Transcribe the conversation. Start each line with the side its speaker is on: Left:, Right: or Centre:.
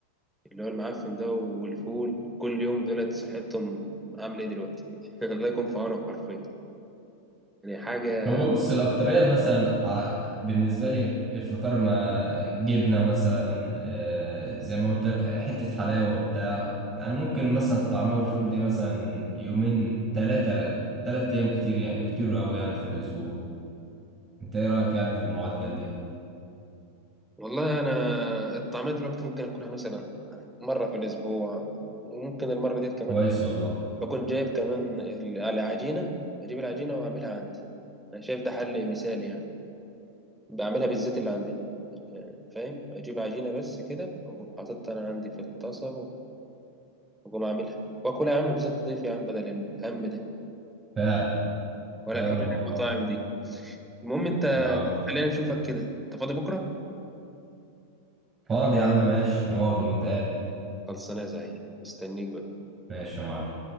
Centre: اللي هو المعفن ده والفول كل يوم دولت صحتهم عاملة ايه دلوقتي <laughs> الله يكون في عونهم حرفيا يعني حاجة
Right: هو بص الاكتريه مثلا ع- بالنسبه لي الفطار ما جبنه مثلا آه، زي ما قلت لك حته حلاوه بتاع انا ممكن مثلا الطعميه والفول دي مثلا يومين ثلاثه ثلاث ايام كتير يعني بكتير قوي يعني في الاسبوع انت ايه رايك يعني في المعدل ده
Centre: والله أنا الطعمية دلوقتي ممكن آكلها مثلا مرة في الأسبوع وممكن المرة ديت كمان
Right: كويس والله
Centre: بكون جايب كمان ال- العجينة بجيب العجينة وأعملها عندي أنا شايف ده حل مثالي يعني بعملها بالزيت اللي عندنا يعني فاهم أجيب عجينة بس كده وأقوم حاططها أنا عندي في الطاسة وأقوم أعملها وأكلها يا عم بزيت لطيف يا عم بدل الهم ده
Right: فعلا
Centre: ولا
Right: فعلا
Centre: الحوار اللي
Right: والله
Centre: في المطاعم دي المهم أنت
Right: اه
Centre: خلينا نشوفك كده أنت فاضي بكرة؟
Right: فاضي يا عم ماشي نقعد ونتقابل
Centre: خلصانة يا زعيم مستنيك بقى
Right: ماشي يا معلم